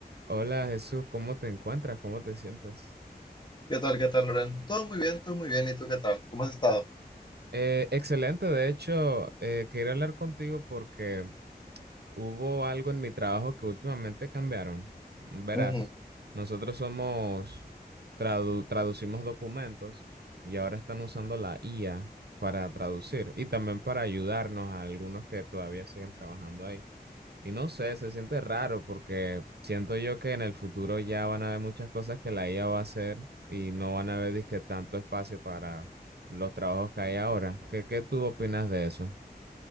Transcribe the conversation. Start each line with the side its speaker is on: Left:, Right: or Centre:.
Right: Hola Jesús, ¿cómo te encuentras? ¿Cómo te sientes?
Left: ¿Qué tal? ¿Qué tal, Loren? Todo muy bien, todo muy bien. ¿Y tú qué tal? ¿Cómo has estado?
Right: Eh, excelente, de hecho, eh, quería hablar contigo porque Hubo algo en mi trabajo que últimamente cambiaron. Verás,
Left: Ujú.
Right: nosotros somos, tradu- traducimos documentos y ahora están usando la IA para traducir y también para ayudarnos a algunos que todavía siguen trabajando ahí. Y no sé, se siente raro porque siento yo que en el futuro ya van a haber muchas cosas que la IA va a hacer y no van a haber disque tanto espacio para los trabajos que hay ahora. ¿Qué, qué tú opinas de eso?